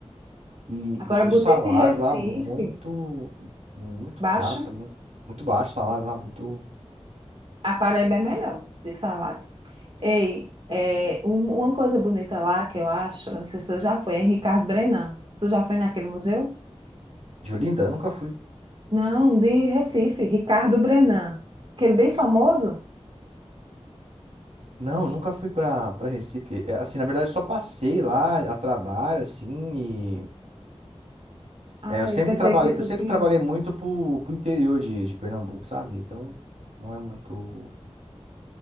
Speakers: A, on the right; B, on the right.
A: E,
B: Agora,
A: e- e
B: bonito
A: o salário
B: em Recife,
A: lá muito, muito
B: baixa,
A: caro também. Muito baixo o salário lá, muito.
B: a Paraíba é melhor de salário. Ei, é, um- uma coisa bonita lá que eu acho, eu não sei se você já foi, é em Ricardo Brenan. Tu já foi naquele museu?
A: De Olinda, eu nunca fui.
B: Não, de Recife, Ricardo Brenan. Aquele bem famoso?
A: Não, eu nunca fui pra, pra Recife. É, assim, na verdade, eu só passei lá a trabalho, assim,
B: Ah,
A: É, eu sempre
B: eu pensei
A: trabalhei,
B: que tu
A: eu sempre
B: tinha.
A: trabalhei muito pro, pro interior de, de Pernambuco, sabe? Então não é muito,